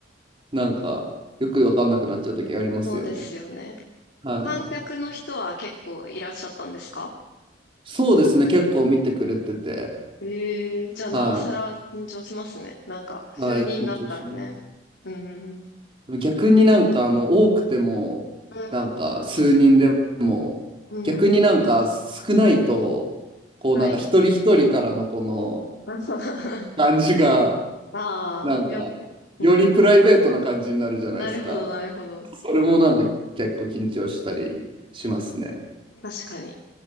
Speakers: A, on the right (about 30°); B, on the left (about 80°).
A: なんか、よくわかんなくなっちゃう時ありますよね。
B: そうですよね。
A: はい。
B: 観客の人は結構いらっしゃったんですか
A: そうですね。結構見てくれてて。
B: ええー、じゃあなおさら緊張しますね。
A: は
B: なんか、数人だったらね。
A: い。はい、緊張します。
B: うん。
A: でも逆になんかあの、多くても、
B: うん。
A: なんか数人でも、
B: うん
A: 逆になんか少ないと、こうなんか一人一人からのこの、
B: はい。<laughs>
A: 感じが、
B: ああ、
A: なんか、
B: よく。うん。
A: よりプライベートな感じになるじゃないですか。
B: なるほど、なるほど。
A: それもなんか結構緊張したりしますね。
B: 確かに。